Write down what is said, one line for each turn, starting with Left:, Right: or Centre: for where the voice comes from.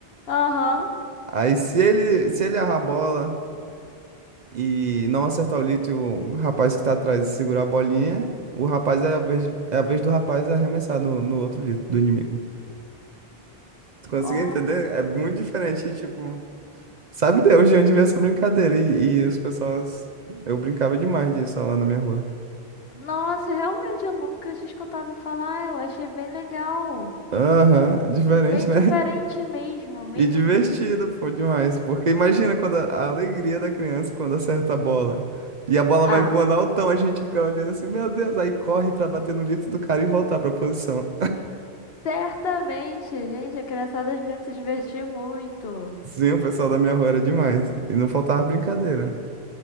Left: aham,
Right: Aí se ele, se ele errar a bola e não acertar o litro e o rapaz que tá atrás segurar a bolinha, o rapaz é a vez, é a vez do rapaz arremessar no, no outro litro do inimigo. Tu conseguiu
Left: olha.
Right: entender? É muito diferente, tipo. Sabe Deus de onde veio essa brincadeira? E, e as pessoas. Eu brincava demais disso lá na minha rua.
Left: Nossa, realmente eu nunca tinha escutado falar. Eu achei bem legal.
Right: Aham, diferente,
Left: Bem
Right: né?
Left: diferente mesmo, mesmo,
Right: E divertido,
Left: mesmo. do-
Right: pô, demais. Porque imagina quando a, a alegria da criança quando acerta a bola. E a bola
Left: Ah,
Right: vai voando altão, a gente fica olhando assim, meu Deus, aí corre pra bater no litro do cara e voltar pra posição.
Left: certamente, gente. A criançada devia se divertir muito.
Right: Sim, o pessoal da minha rua era demais. E não faltava brincadeira.